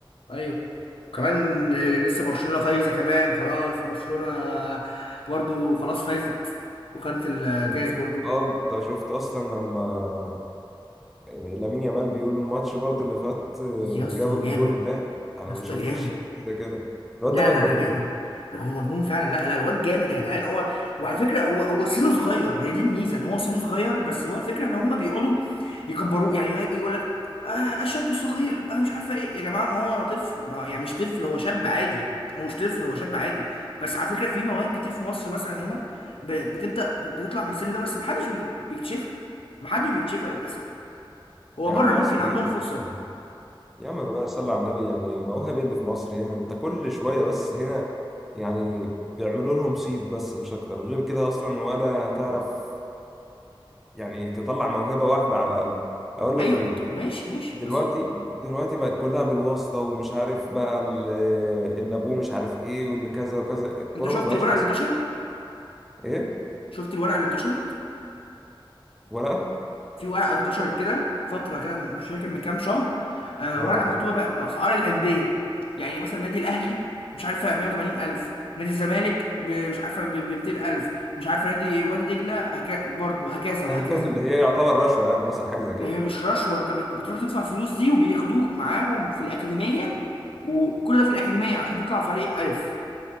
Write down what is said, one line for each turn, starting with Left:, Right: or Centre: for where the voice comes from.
Left: ايوه وكمان آه، لسه برشلونه فايزه كمان خلاص برشلونه برضو خلاص فازت وخدت الكاس
Centre: انت
Left: برضو
Centre: اه انت شفت اصلا لما آه، لامين يامال بيقول الماتش برضو اللي فات آه،
Left: يا اسطى
Centre: جاب الجون
Left: جامد
Centre: ده انا
Left: يا اسطى
Centre: ما شفتش
Left: جامد
Centre: حاجة زي كده الواد
Left: لا
Centre: ده مجنون
Left: لا لا جامد هو مجنون فعلا لا لا الواد جامد يا جدعان هو وعلى فكره هو هو سنه صغير هي دي الميزه ان هو سنه صغير بس هو الفكره ان هم بيقعدوا يكبروه يعني يقول لك آه شاب صغير انا مش عارفه ايه يا جماعه ما هو طفل ما يعني مش طفل هو شاب عادي هو مش طفل هو شاب عادي بس على فكره في مواهب كتير في مصر مثلا هنا ب- بتبدا ب- بتطلع من السن ده بس ما حدش بيكتشفها ما حدش بيكتشفها للاسف هو
Centre: يا
Left: بره
Centre: عم
Left: ممكن
Centre: مصر
Left: عندهم
Centre: ايه اللي
Left: فرصه
Centre: بيعمله؟ يا عم بقى صلي على النبي يعني مواهب ايه اللي في مصر هنا انت كل شوية بس هنا يعني بيعملوا لهم صيد بس مش اكتر غير كده اصلا ولا هتعرف يعني تطلع موهبة واحدة على الاقل اقول لك
Left: ايوه
Centre: ليه
Left: ماشي ماشي
Centre: دلوقتي
Left: بس
Centre: دلوقتي بقت كلها بالواسطة ومش عارف بقى ال- اللي ابوه مش عارف ايه واللي كذا وكذا الكورة
Left: انت شفت
Centre: ما بقاش
Left: الورقه
Centre: اصلا
Left: اللي انتشرت
Centre: ايه
Left: شفت الورقه اللي انتشرت
Centre: ورقة
Left: في ورقه انتشرت كده فتره كده مش فاكر من كام شهر آه
Centre: اه
Left: ورقه مكتوبه ب- باسعار الانديه يعني مثلا النادي الاهلي مش عارفه 180 الف نادي الزمالك ب- مش عارفه ب 200 الف مش عارفه نادي وادي دجله هك... برضه وهكذا
Centre: <laughs>
Left: وهكذا
Centre: اللي هي يعتبر رشوة يعني مثلا حاجة زي كده
Left: هي مش رشوه انت بت- بتروح تدفع فلوس دي وبياخدوك معاهم في الاكاديميه وكل ده في الاكاديميه عشان تطلع فريق الف